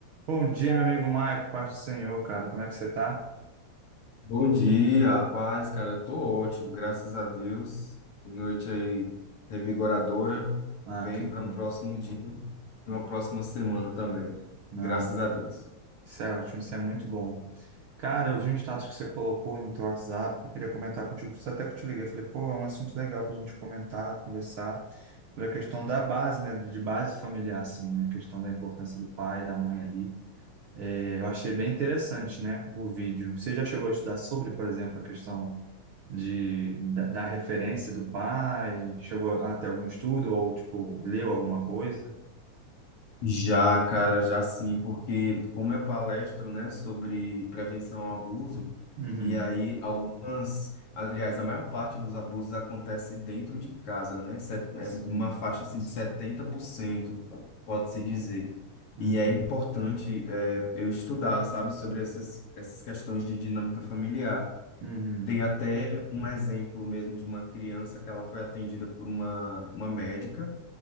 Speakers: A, on the right; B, on the left.
A: Bom dia, meu amigo Maico, paz do Senhor, cara. Como é que você tá?
B: Bom dia, a paz, cara. Eu Tô ótimo, graças a Deus. Noite aí revigoradora,
A: Ah,
B: bem
A: que bom.
B: para um próximo dia, e uma próxima semana também.
A: Não,
B: Graças a Deus.
A: isso é ótimo, isso é muito bom. Cara, eu vi um status que você colocou no teu WhatsApp, eu queria comentar contigo, por isso até que eu te liguei. Eu falei, pô, é um assunto legal pra gente comentar, conversar sobre a questão da base, né, de base familiar, assim, né, a questão da importância do pai, da mãe ali. É, eu achei bem interessante, né, o vídeo. Você já chegou a estudar sobre, por exemplo, a questão de, da, da referência do pai? Chegou a ter algum estudo ou, tipo, leu alguma coisa?
B: Já, cara, já sim, porque como eu palestro, né, sobre prevenção ao abuso,
A: Uhum,
B: e aí algumas, aliás, a maior parte dos abusos acontece dentro de casa, né? set- É
A: sim.
B: uma faixa assim de setenta por cento pode-se dizer.
A: Uhum,
B: E é importante é, eu estudar, sabe, sobre essas, essas questões de dinâmica familiar.
A: uhum,
B: Tem até um exemplo mesmo de uma criança que ela foi atendida por uma, uma médica,